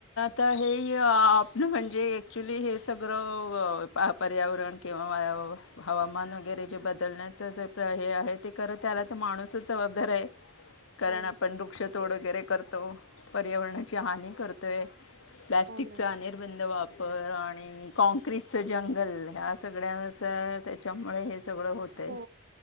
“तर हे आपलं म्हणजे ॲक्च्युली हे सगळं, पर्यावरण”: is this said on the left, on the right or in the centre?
Left